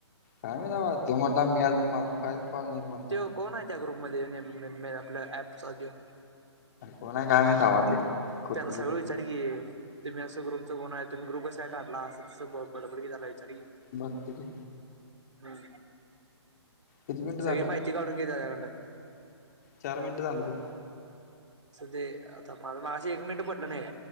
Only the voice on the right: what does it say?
तो कोण आहे. त्या ग्रुपमध्ये आपल्या ऍपचा तो.
ते आता
सगळं
विचार की. तुम्ही असं ग्रुपच कोण आहे. तुम्ही ग्रुप कसं काढला अस तसं बडबड विचार की.
हम्म.
सगळी
माहिती
काढून घे त्याच्याकडनं
असं ते आता माझ एक मिनिटं पडलं नाही.